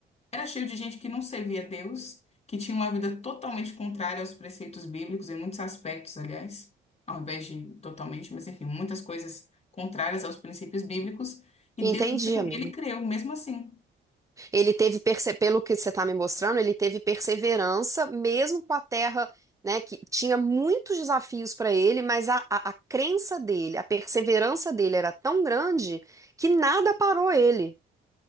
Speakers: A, on the left; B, on the right.
A: era cheio de gente que não servia a Deus, que tinha uma vida totalmente contrária aos preceitos bíblicos, em muitos aspectos, aliás, ao invés de totalmente, mas enfim, muitas coisas contrárias aos princípios bíblicos. E
B: Entendi,
A: Deus, mesmo-
B: amiga.
A: ele creu, mesmo assim.
B: Ele teve, perse- pelo que você está me mostrando, ele teve perseverança, mesmo com a terra, né, que tinha muitos desafios para ele, mas a, a, a crença dele, a perseverança dele era tão grande que nada parou ele,